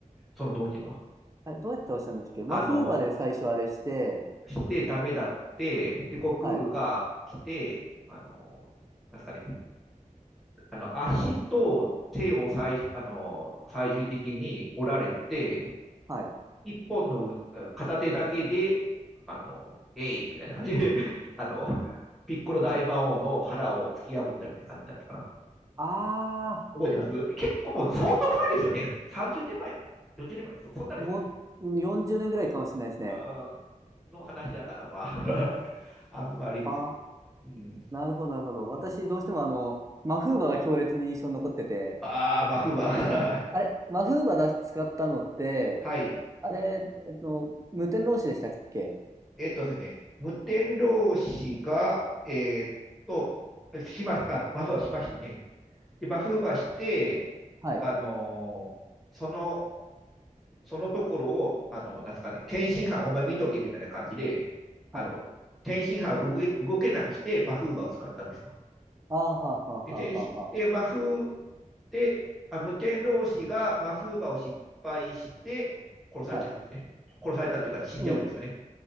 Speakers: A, in the centre; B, on the right.
A: その当時の。
B: あれ、どうやって押したんですっけマフーバで最初あれして、
A: あの、してダメだって、で、悟空が来て、
B: はい、
A: あの、なんすかね、あの、足と手を最、あの、最終的に折られて、
B: はい、
A: 一本の片手だけで、あの、えいみたいな感じで、<laughs> あの、ピッコロ大魔王の腹を突き破ったみたいな感じだったかな。
B: はい。あ
A: 覚えてます結構もう相当古いですよね。30年前、40年前、そそんなんですよね。
B: ー、もう40年ぐらいかもしれないですね。
A: あの話だから、まあ、<laughs> あんまりですけど。
B: あ
A: うん。
B: ー、なるほど、なるほど。
A: うん、
B: 私、どうしてもあの、マフーバが強烈に印象に残ってて、
A: ああ、まあ、不満。<laughs>
B: あれ、マフーバだ使ったのって、
A: はい。
B: あれ、えっと、無天老師でしたっけ
A: えっとですね、無天老師が、えーっと、しました、あ、マフはしましたね。で、マフはして、
B: はい、
A: あのーそのそのところを、あの、なんすかね、天津飯お前見とけみたいな感じで、あの、
B: はい。
A: 天津飯を動け動けなくして、マフーバーを使ったんですよ。
B: あーはーはーはーはーはー。
A: で、天津、で、マフーで、あ無天老師がマフーバーを失敗して、殺されちゃうんですね。
B: はい。
A: 殺されたっていうか、死んじゃうんですよね。
B: うん。